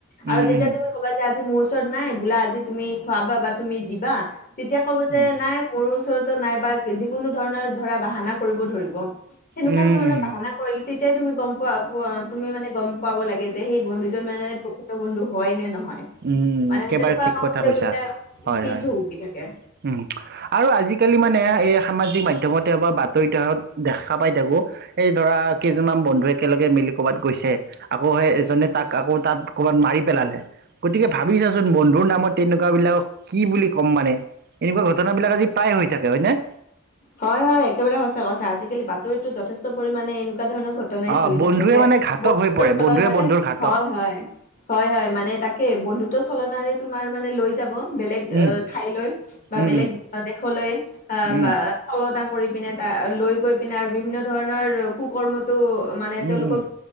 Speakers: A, on the right (about 50°); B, on the left (about 40°).
A: উম
B: আৰু যেতিয়া
A: উম
B: তুমি ক'বা যে আজি মোৰ ওচৰত নাই বোলা আজি তুমি খুৱাবা বা তুমি দিবা তেতিয়া ক'ব যে
A: উম
B: নাই মোৰ ওচৰতো নাই বা যিকোনো ধৰণৰ ধৰা বাহানা কৰিব ধৰিব, সেনেকুৱা
A: উম
B: ধৰণৰ
A: উম উম
B: বাহানা কৰিল‌ তেতিয়াই তুমি গম পোৱা তুমি মানে গম পাব লাগে যে সেই বন্ধু মানে প্ৰকৃত হয় নে নহয়,
A: উম
B: মানে
A: একেবাৰে
B: তেনেকুৱা
A: ঠিক
B: কামত
A: কথা
B: তেওঁলোকে
A: কৈছা হয়
B: পিছ
A: হয়
B: হুঁহকি থাকে।
A: উম আৰু আজিকালি মানে এই সামাজিক মাধ্যমতে বা বাতৰিতে হত দেখা পাই থাকোঁ, এই ধৰা কেইজনমান বন্ধুৱে কেলে একে লগে মিলি কৰ'ৰবাত গৈছে আকৌ সেই এজনে তাক আকৌ তাত কৰ'বাত মাৰি পেলালে। গতিকে ভাবিছাচোন বন্ধুৰ নামত তেনেকুৱাবলাকক কি বুলি ক'ম মানে? এনেকুৱা ঘটনাবলাক আজি প্ৰায় হৈ থাকে হয়নে?
B: হয়- হয় একেবাৰে সঁচা কথা আজিকালি বাতৰিতো যথেষ্ট পৰিমামানে এনেকুৱা, এনেকোৱা ধৰণৰ ঘটনাই
A: অ
B: চলি
A: বন্ধুৱে
B: থাকে যে।
A: মানে ঘাতক হৈ পৰে
B: তুলন
A: বন্ধুৱে বন্ধুৰ ঘাতক
B: হয়- হয়। হয়- হয় মানে তাকে, বন্ধুত্ব চলনাৰে, তোমাৰ মানে লৈ যাব, বেলেগ
A: উম
B: ঠাইলৈ বা
A: উম
B: বেলেগ দেশলৈ।
A: উম
B: বা
A: উম
B: চলানা কৰি পিনে তাত লৈ গৈ পিনে আৰু বিভিন্ন ধৰণৰ কুকৰ্মত মানে
A: উম
B: তেওঁলোকক
A: উম